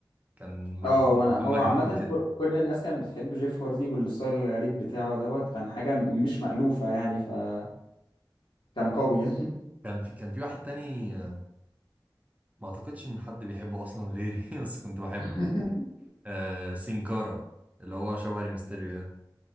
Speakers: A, on the right; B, on the left.
A: كان مجنون
B: اه وانا
A: كان
B: هو
A: مجنون
B: عامة
A: كده
B: ك- كل الناس كانت بتحب جيف هاردي والستايل الغريب بتاعه دوت كان حاجة مش مألوفة يعني فكان قوي
A: كان في كان في واحد تاني آه، ما اعتقدش ان حد بيحبه اصلا غيري <laughs> بس كنت بحبه
B: <laughs>
A: يعني آه سينكارا اللي هو شبه ريمستيريو ده